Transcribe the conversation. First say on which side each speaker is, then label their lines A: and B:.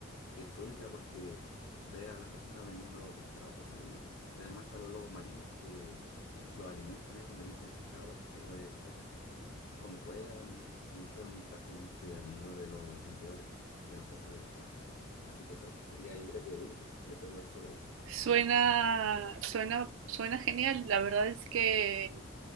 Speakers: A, on the left (about 65°); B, on the right (about 70°).
A: que es única porque ve a las personas vendiendo pescado, cosas del mar, y además están los lobos marinos que los alimentan ahí cuando limpian pescado, por ejemplo, puedes ver <laughs> cómo juegan y son prácticamente amigos de los vendedores de los puestos de pescado. Así que eso sería yo creo que único y lo puede ver solo ahí.
B: Suena, suena, suena genial. La verdad es que